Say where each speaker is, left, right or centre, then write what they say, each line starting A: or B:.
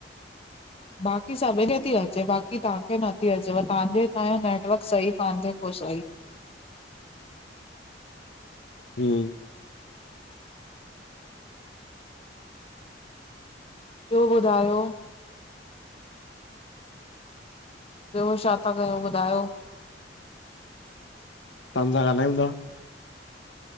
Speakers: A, on the left; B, on the left.
A: बाक़ी सभिनी खे थी अचे बाक़ी तव्हांखे नथी अचेव तव्हांजे हितां जो नेटवर्क सही कान थे को सही।
B: हूं
A: ॿियो ॿुधायो? ॿियो छा था कयो ॿुधायो?
B: तासां ॻाल्हाईयूं था।